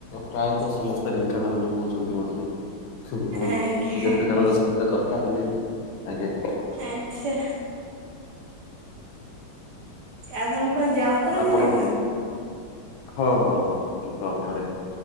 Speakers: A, on the left (about 75°); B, on the right (about 65°).
A: ପ୍ରାୟତ ସମସ୍ତେ ଢେଙ୍କାନାଳରୁ କହୁ ଛନ୍ତି ବୋଧେ। ମୁଁ
B: ଆଜ୍ଞା
A: ଯେତେ ଜଣଙ୍କ ସହିତ କଥା ହେଲିଣିି ଆଜ୍ଞା
B: ଆଛା ଆପଣ କଣ ଜବ୍ କରନ୍ତି
A: ଆପଣ
B: ନା କଣ
A: ହଁ ହଁ ହ ମୁ ଉପରେ